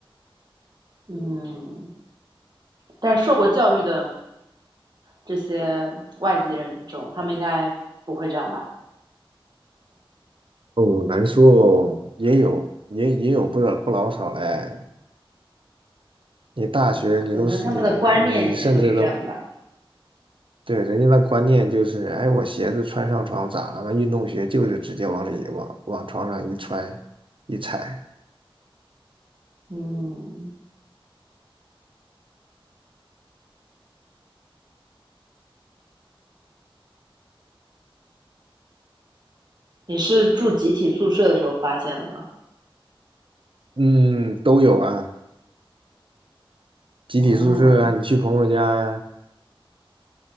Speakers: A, on the right (about 50°); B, on the right (about 65°).
A: 嗯，但受过教育的。这些外籍人种，他们应该不会这样吧？
B: 哦，难说哦，也有也也有不老不老少嘞。你大学你都是你你你甚至都
A: 嗯，可能他们的观念里面都是这样的吧。
B: 对人家的观念就是，哎，我鞋子穿上床咋了嘛？运动鞋就是直接往里往往床上一穿一踩，
A: 嗯，你是住集体宿舍的时候发现的吗？
B: 嗯，都有啊。集体宿舍啊，
A: 哦，
B: 你去朋友家。